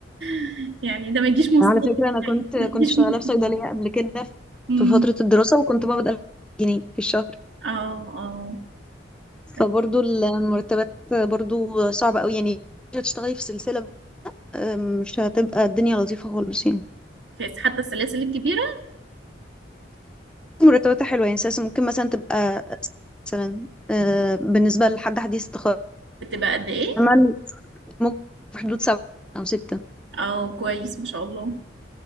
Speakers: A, on the right (about 70°); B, in the centre.
A: <laughs> يعني ده ما يجيش مصروف
B: على فكرة
A: يعني،
B: أنا كنت
A: ما
B: كنت
A: يجيش
B: شغالة
A: مصروف
B: في صيدلية قبل كده
A: أمم.
B: في فترة الدراسة وكنت بقبض 1000 جنيه في الشهر
A: اه اه أيوة.
B: فبرضو المرتبات برضو صعبة قوي يعني تشتغلي في سلسلة آم، مش هتبقى الدنيا لطيفة خالص يعني
A: فس- حتى السلاسل الكبيرة
B: مرتباتها حلوة يعني أساسا ممكن مثلا تبقى مثلا آه، بالنسبة لحد حديث التخرج
A: بتبقى قد ايه؟
B: عمل ممكن في حدود سبعة أو ستة
A: اه كويس ما شاء الله